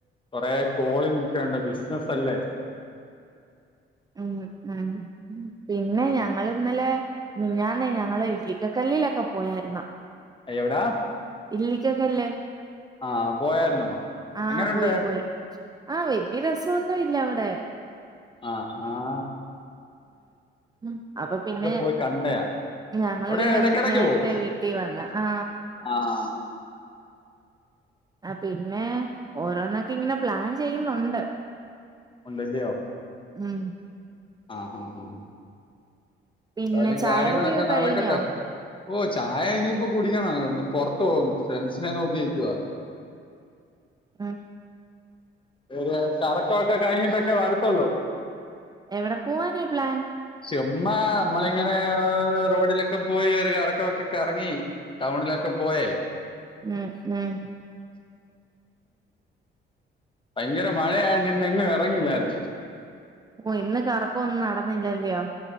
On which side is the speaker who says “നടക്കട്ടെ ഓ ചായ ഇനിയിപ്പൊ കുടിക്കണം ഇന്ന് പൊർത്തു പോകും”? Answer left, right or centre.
Left